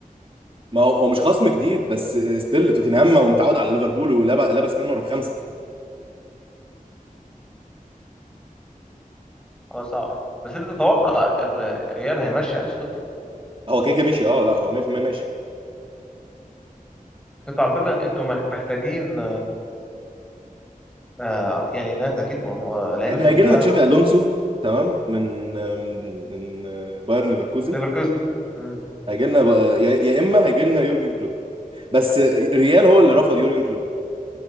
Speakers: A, on the right (about 35°); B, in the centre.
A: ما هو هو مش خصم جديد بس ستيل توتنهام هو متعود على ليفربول ولبس منه رقم خمسه
B: خلاص صعب بس انت تتوقع الر- الريال هيمشي انشيلوتي
A: هو كده كده ماشي اه لا هو 100% ماشي
B: بس انتوا على فكره انتوا مح- محتاجين آه يعني ناس اكيد م- م- لعيبه
A: احنا
B: في الدفاع
A: هيجي لنا تشابي الونسو تمام من من من بايرن ليفركوزن
B: ليفركوزن مم.
A: هيجي لنا بقى- يا يا اما هيجي لنا يورجن كلوب بس ريال هو اللي رفض يورجن كلوب